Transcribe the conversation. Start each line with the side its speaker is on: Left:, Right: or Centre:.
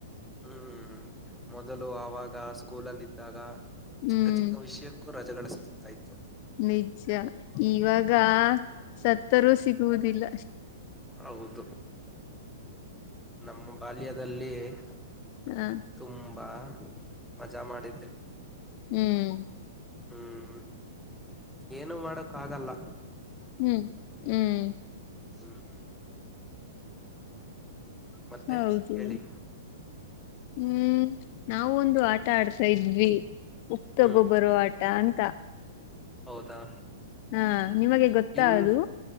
Centre: ಹ್ಮ್ ಹ್ಮ್ ಮೊದಲು ಆವಾಗ ಕೂಲಲ್ಲಿದ್ದಾಗ
Left: ಹ್ಮ್
Centre: ಚಿಕ್ಕ ಚಿಕ್ಕ ವಿಷಯಗಳು ರಜಗಳಿತು
Left: ನಿಜ ಇವಾಗ ಸತ್ತರೂ
Centre: ಹ್ಮ್
Left: ಸಿಗುವುದಿಲ್ಲ
Centre: ಹೌದು ನಮ್ಮ ಬಾಲ್ಯದಲ್ಲಿ <inaudible>
Left: ಹ
Centre: ತುಂಬ ಬಾ ಮಜಾ ಮಾಡಿದಿ
Left: ಹ್ಮ್
Centre: ಹ್ಮ್ ಏನು ಮಾಡಕ್ ಆಗಲ್ಲ
Left: ಹ್ಮ್ ಹ್ಮ್
Centre: ಹ್ಮ್ಮ ಮತ್ತೆ
Left: ಹೌದು
Centre: ಹೇಳಿ
Left: ಹ್ಮ್ ನಾವವು ಒಂದು ಆಟ ಆಡ್ತಾ ಇದ್ವಿ ಉಪ್ಪ ತಗೊ
Centre: ಹ್ಮ್
Left: ಬರೋ ಆಟ ಅಂತ
Centre: ಹೌದಾ
Left: ಹಾ ನಿಮಗೆ ಗೊತ್ತದು
Centre: ಇನ್